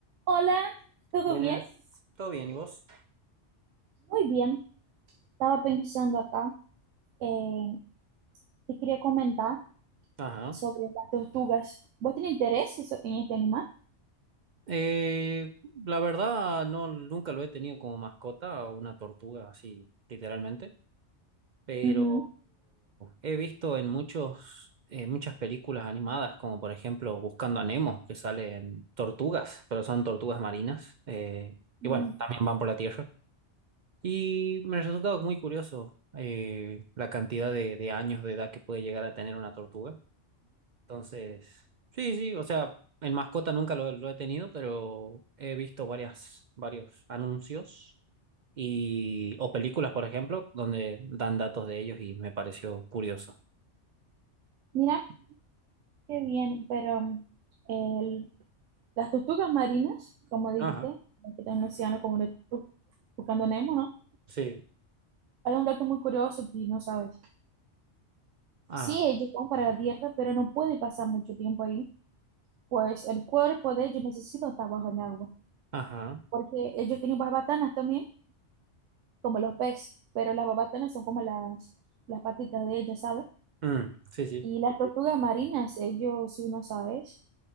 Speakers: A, on the right; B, on the right.
A: Hola, ¿todo
B: Buenas,
A: bien?
B: ¿todo bien? ¿Y vos?
A: Muy bien. Estaba pensando acá, eh, te quería comentar
B: Ajá.
A: sobre las tortugas. ¿Vos tenés interés eso- en este animal?
B: Eh, la verdad, no, nunca lo he tenido como mascota, una tortuga así, literalmente, pero
A: Ujú.
B: he visto en muchos, en muchas películas animadas, como por ejemplo Buscando a Nemo, que salen tortugas, pero son tortugas marinas, eh,
A: Bien.
B: y bueno, también van por la tierra. Y me resultaba muy curioso eh, la cantidad de, de años de edad que puede llegar a tener una tortuga. Entonces, sí, sí, o sea, en mascota nunca lo, lo he tenido, pero he visto varias, varios anuncios y, o películas, por ejemplo, donde dan datos de ellos y me pareció curioso.
A: Mira, qué bien, pero mm, el- las tortugas marinas, como dijiste,
B: Ajá,
A: que están en el océano como de- bu- buscando Nemo, ¿no?
B: sí,
A: Hay un dato muy curioso que no sabes.
B: ah,
A: Sí, ellos van para la tierra, pero no pueden pasar mucho tiempo ahí, pues el cuerpo de ellos necesita estar bajo el agua.
B: ajá,
A: porque ellos tienen babatanas también, como los peces, pero las babatanas son como las, las patitas de ellos, ¿sabes?
B: mm, sí, sí,
A: Y las tortugas marinas, ellos, si no sabes,